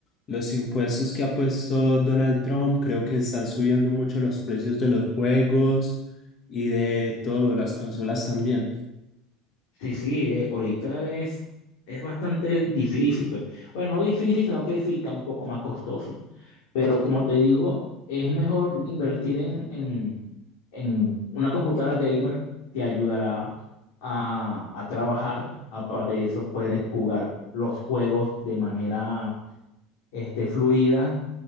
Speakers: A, on the left; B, on the left.
A: los impuestos que ha puesto Donald Trump, creo que están subiendo mucho los precios de los juegos y de todo, las consolas también.
B: Sí, sí, eh, ahorita es, es bastante difícil, pues. Bueno, no difícil, sino que sí está un poco más costoso. Pero como te digo, es mejor invertir en, en, en una computadora gamer, te ayudará a, a trabajar. Aparte de eso, puedes jugar los juegos de manera este, fluida